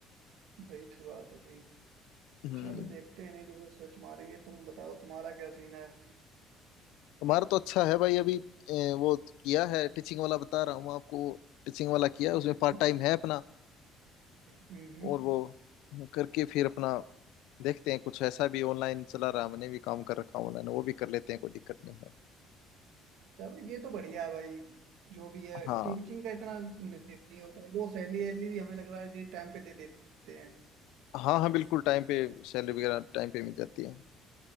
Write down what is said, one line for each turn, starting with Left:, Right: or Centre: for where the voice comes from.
Right: वही तो बात है भाई
Left: हम्म
Right: चलो देखते हैं नहीं तो फिर सर्च मारेंगे तुम बताओ तुम्हारा क्या सीन है
Left: हमारा तो अच्छा है भाई अभी अ, वो किया है टीचिंग वाला बता रहा हूँ आपको टीचिंग वाला किया है
Right: हम्म
Left: उसमें पार्ट टाइम है अपना
Right: हम्म
Left: और वो करके फिर अपना देखते हैं कुछ ऐसा भी ऑनलाइन चला रहा मैंने भी काम कर रखा ऑनलाइन वो भी कर लेते हैं कोई दिक्कत नहीं है
Right: चलो ये तो बढ़िया है भाई जो भी है
Left: हाँ
Right: टीचिंग का इतना नहीं होता है वो सैलरी वैलरी भी हमें लग रहा है कि टाइम पे दे देते हैं
Left: हाँ हाँ बिल्कुल टाइम पे सैलरी वगैरह टाइम पे मिल जाती है